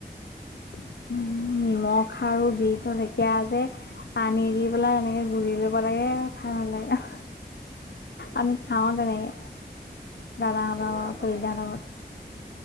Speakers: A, on the left; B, on the right.
A: <inaudible> নিমখ খাৰু বী জলকীয়া যে। পানী দি পেলাই এনেকে গুৰি লব লাগে <inaudible> খাই ভাল লাগে। <inaudible> আমি
B: উম,
A: খাও তেনেকে দাদাহত
B: সেইবোৰ ৰাৱণে
A: ফৰিজা হেত ঘৰত।